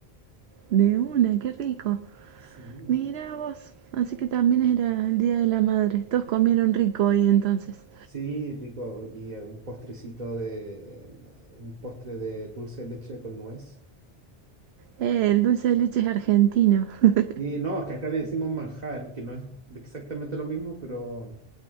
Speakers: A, on the right (about 85°); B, on the right (about 45°).
A: De una, qué rico.
B: Sí.
A: Mira vos, así que también era el Día de la Madre. Todos comieron rico hoy entonces.
B: Sí, rico. Y eh, un postrecito de, un postre de dulce de leche con nuez.
A: Eh, el dulce de leche es argentino. <laughs>
B: Y no, es que acá le decimos manjar, que no es exactamente lo mismo, pero